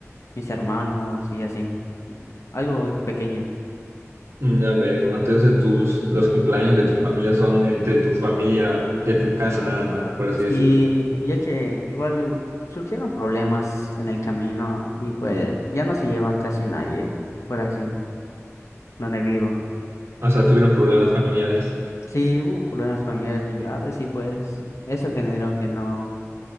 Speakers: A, on the left; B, on the right.
A: mis hermanos y así, algo pequeño.
B: Mm, Ya veo, entonces tus, los cumpleaños de tu familia son entre tu familia de tu casa nada más, por así decirlo.
A: Sí, ya que igual hu- surgieron problemas en el camino y pues ya no se llevan casi nadie por aquí donde vivo.
B: O sea, tuvieron problemas familiares.
A: Sí, hubo problemas familiares muy graves y pues eso generó que no